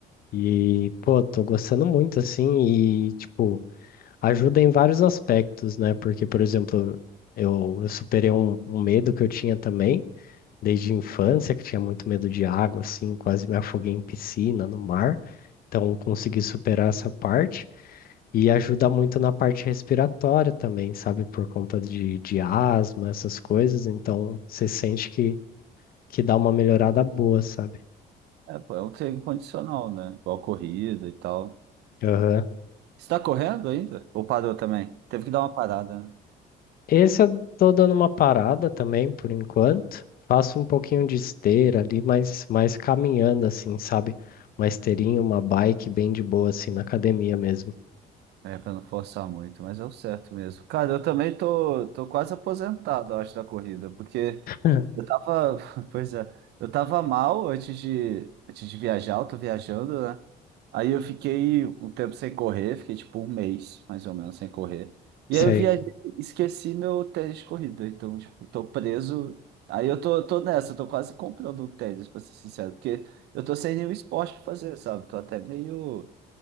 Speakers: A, on the left (about 60°); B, on the right (about 80°).
A: E, pô, tô gostando muito, assim, e, tipo, ajuda em vários aspectos, né? Porque, por exemplo, eu, eu superei um, um medo que eu tinha também, desde a infância, que eu tinha muito medo de água, assim, quase me afoguei em piscina, no mar. Então, eu consegui superar essa parte. E ajuda muito na parte respiratória também, sabe? Por conta de, de asma, essas coisas. Então, você sente que, que dá uma melhorada boa, sabe?
B: É, pô, é um treino condicional, né? Igual corrida e tal.
A: Aham.
B: Você tá correndo ainda? Ou parou também? Teve que dar uma parada, né?
A: Esse eu tô dando uma parada também por enquanto. Faço um pouquinho de esteira ali, mas mais caminhando assim, sabe? Uma esteirinha, uma bike bem de boa assim na academia mesmo.
B: É, pra não forçar muito, mas é o certo mesmo. Cara, eu também tô, tô quase aposentado, eu acho, da corrida, porque
A: <laughs>
B: Eu tava, <laughs> pois é, eu tava mal antes de, antes de viajar, eu tô viajando, né? Aí eu fiquei um tempo sem correr, fiquei tipo um mês, mais ou menos, sem correr. E
A: Sei.
B: aí eu viajei, esqueci meu tênis de corrida, então, tipo, tô preso. Aí eu tô, tô nessa, eu tô quase comprando um tênis, pra ser sincero, porque eu tô sem nenhum esporte pra fazer, sabe? Tô até meio,